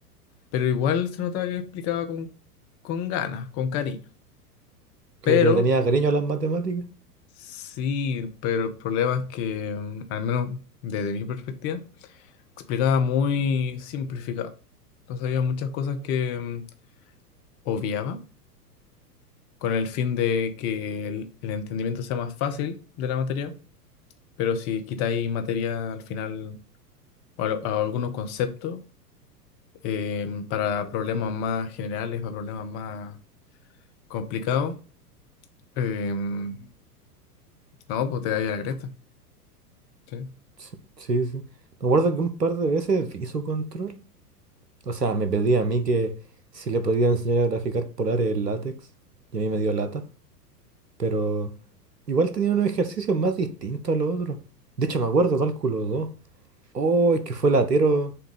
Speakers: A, on the left; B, on the right.
A: Pero igual se notaba que explicaba con, con ganas, con cariño. Pero
B: Como que le tenía cariño a las matemáticas.
A: Sí, pero el problema es que, mm, al menos desde mi perspectiva, explicaba muy simplificado. Entonces había muchas cosas que mm, obviaba con el fin de que el, el entendimiento sea más fácil de la materia, pero si quitáis materia al final o al- a algunos conceptos em, para problemas más generales, para problemas más complicados, em, no, pues te da a la cresta. ¿sí?
B: Sí, sí. sí. Me acuerdo que un par de veces hizo control. O sea, me pedía a mí que si le podía enseñar a graficar polares en látex. Y a mí me dio lata. Pero igual tenía unos ejercicios más distintos a los otros. De hecho, me acuerdo cálculo 2. Oh, es que fue latero.